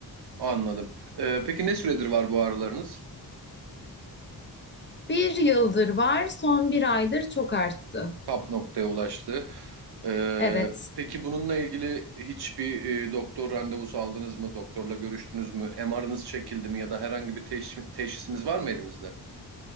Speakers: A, on the right (about 75°); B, on the left (about 30°).
A: Anladım. Ee, peki ne süredir var bu ağrılarınız?
B: Bir yıldır var, son bir aydır çok arttı.
A: Tap noktaya ulaştı. Ee,
B: Evet,
A: peki bununla ilgili hiçbir e, doktor randevusu aldınız mı? Doktorla görüştünüz mü? MR'ınız çekildi mi? Ya da herhangi bir teş- teşhisimiz var mı elimizde?